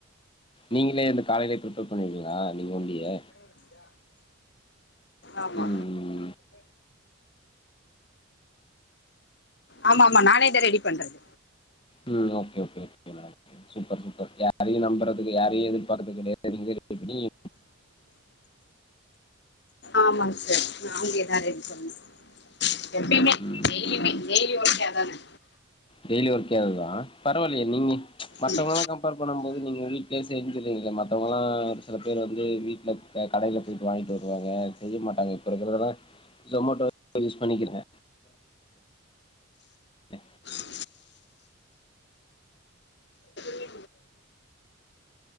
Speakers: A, on the left; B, on the left.
A: நீங்களே இந்த காலைலே ப்ரிப்பேர் பண்ணிடுவீங்களா நீங்க ஒண்டியே
B: ஆமா
A: ம் ம்
B: ஆமாம்மா நானே தா ரெடி பண்றது
A: ம் okay okay okay madam super super யாரையு நம்புறதுக்கு யாரையு எதிர்பாக்கறது கெடையாது நீங்களே கட் எப்டியு
B: ஆமா சார் நாங்ளேதா ரெடி பண்ணோ எப்டியுமே
A: ம்
B: டெய்லியுமே டெய்லி ஒர்க்கே அதானே
A: டெய்லி ஒர்க்கே அது தா பரவால்லையே நீங்க மத்தவங்கலலா
B: ம்.
A: கம்பேர் பண்ணும் போது நீங்க வீட் ஈசியா இருந்துர்றீங்கள மத்தவ்ங்கலா ஒரு சில பேர் வந்து வீட்ல க கடைல போய்ட்டு வாங்கிட்டு வருவாங்க செய்ய மாட்டாங்க இப்ப இருக்கிறதா ஜொமோட்டோ <inaudible> யூஸ் பண்ணிக்கிறே பெ
B: <inaudible> வ நே